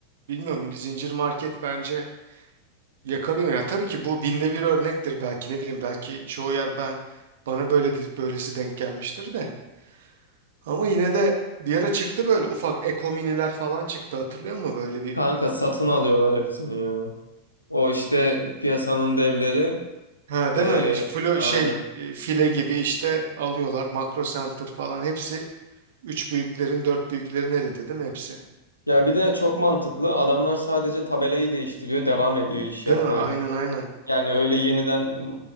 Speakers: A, on the right (about 55°); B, on the left (about 85°).
A: bilmiyorum zincir market bence Yakalıyor ya. Tabii ki bu binde bir örnektir belki ne bileyim belki çoğu yer ben bana böyle de- böylesi denk gelmiştir de. Ama yine de bir ara çıktı böyle ufak ekominiler falan çıktı hatırlıyor musun böyle bir
B: Kanka satın alıyorlar hepsini ya. O işte piyasanın devleri.
A: ha
B: eee,
A: değil mi? Flo
B: aynen.
A: şey e, file gibi işte alıyorlar makro center falan hepsi üç büyüklerin dört büyüklerin elinde değil mi hepsi?
B: Ya bir de çok mantıklı. Adamlar sadece tabelayı değiştiriyor, devam ediyor iş
A: Değil
B: yapmaya.
A: mi? Aynen aynen.
B: Yani öyle yeniden